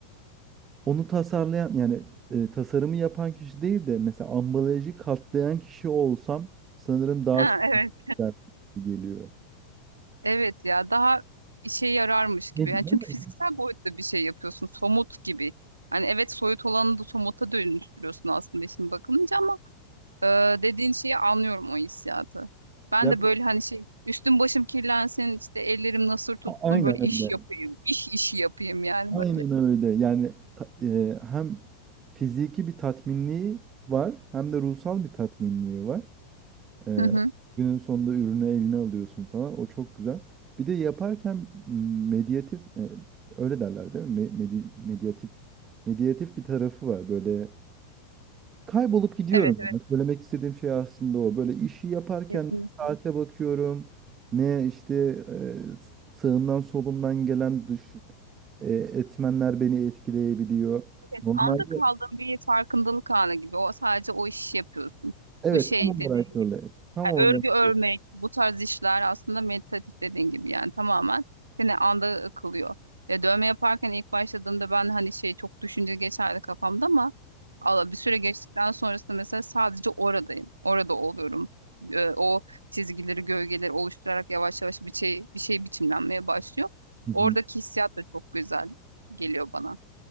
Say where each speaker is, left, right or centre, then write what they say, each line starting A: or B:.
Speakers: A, on the right; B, on the right.
A: onu tasarlayan yani e, tasarımı yapan kişi değil de mesela ambalajı katlayan kişi olsam sanırım daha
B: Ha,
A: çok
B: evet.
A: güzel geliyor.
B: Evet ya daha işe yararmış gibi.
A: Ne
B: Yani
A: diyeyim,
B: çünkü
A: öyle mi?
B: fiziksel boyutta bir şey yapıyorsun. Somut gibi. Hani evet soyut olanı da somuta dönüştürüyorsun aslında işin bakılınca ama e, dediğin şeyi anlıyorum o hissiyatı. Ben
A: Ya
B: de
A: bu-
B: böyle hani şey üstüm başım kirlensin işte ellerim nasır tutsun
A: a- aynen
B: böyle iş
A: öyle.
B: yapayım. iş işi yapayım yani
A: Aynen
B: böyle.
A: öyle. Yani ta- e, hem fiziki bir tatminliği var hem de ruhsal bir tatminliği var. Ee,
B: Hı hı.
A: günün sonunda ürünü eline alıyorsun falan. O çok güzel. Bir de yaparken m, medyatif e, öyle derler değil mi? Me- medi- medyatif medyatif bir tarafı var. Böyle kaybolup gidiyorum.
B: Evet evet.
A: Yani. Söylemek istediğim şey aslında o. Böyle işi yaparken
B: Kesinlikle.
A: ne saate bakıyorum. Ne işte e, s- sağımdan solumdan gelen dış e, etmenler beni etkileyebiliyor.
B: Evet,
A: Normalde
B: anda kaldığın bir farkındalık anı gibi. O sadece o işi yapıyorsun.
A: evet
B: Bu şey
A: tam
B: dediğin
A: olarak öyle.
B: gibi.
A: Tam
B: Yani
A: olarak
B: örgü örmek,
A: öyle.
B: bu tarz işler aslında meditatif dediğin gibi yani tamamen seni anda kılıyor. Ya dövme yaparken ilk başladığımda ben hani şey çok düşünce geçerdi kafamda ama Allah bir süre geçtikten sonrasında mesela sadece oradayım. Orada oluyorum. Ee, o çizgileri, gölgeleri oluşturarak yavaş yavaş bir şey bir şey biçimlenmeye başlıyor.
A: <laughs>
B: Oradaki hissiyat da çok güzel geliyor bana.